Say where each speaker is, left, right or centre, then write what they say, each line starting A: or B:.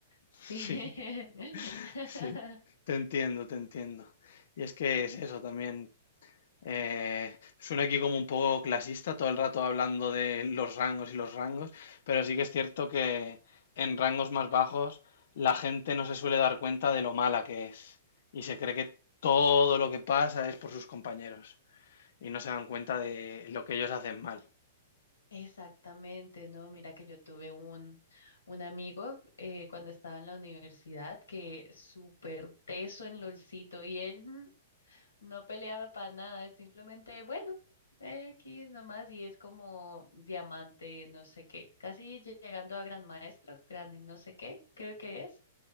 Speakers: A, on the left (about 70°); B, on the left (about 55°).
A: Sí.
B: Sí,
A: <laughs>
B: sí. Te entiendo, te entiendo. Y es que es eso también. Eh, suena aquí como un poco clasista, todo el rato hablando de los rangos y los rangos, pero sí que es cierto que en rangos más bajos la gente no se suele dar cuenta de lo mala que es y se cree que todo lo que pasa es por sus compañeros y no se dan cuenta de lo que ellos hacen mal.
A: Exactamente, no, mira que yo tuve un, un amigo eh, cuando estaba en la universidad que súper teso en LOLcito y él. No peleaba para nada, simplemente, bueno, X nomás, y es como diamante, no sé qué, casi llegando a gran maestro, gran y no sé qué, creo que es,